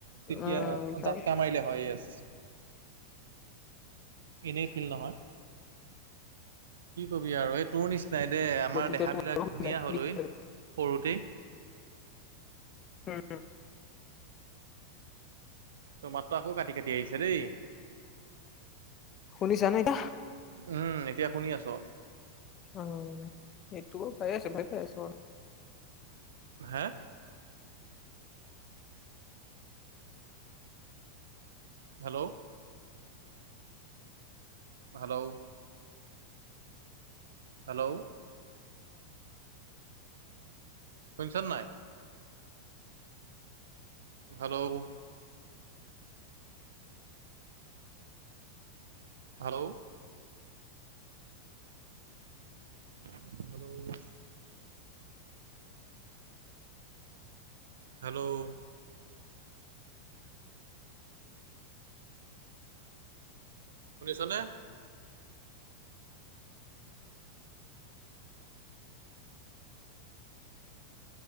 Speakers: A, on the right; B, on the left.
A: তেতিয়া
B: উম, বিষাই
A: জাতকা মাৰিলে হয় ইয়চ। <inaudible> এনেই ফিল নহয়, কি কবি আৰু এই তোৰ নিচিনা নাই দে আমাৰ
B: তেতিয়াতো
A: দেহাবিলাক
B: আৰু হৈ
A: ঘূনীয়া
B: যায়
A: হলই
B: বিষাই।
A: সৰুতেই
B: উম।
A: তোৰ মাতটো আকৌ কাটি কাটি আহিছে দেই।
B: শুনিছা নে এতাহ
A: উম, এতিয়া শুনি আছো।
B: অ' এইটো বাৰু পাই আছে ভাল পাই আছো বাৰু।
A: হা হেল্ল' হেল্ল' হেল্ল' শুনিছ নাই। হেল্ল' হেল্ল' হেল্ল' হেল্ল' শুনিছ নে।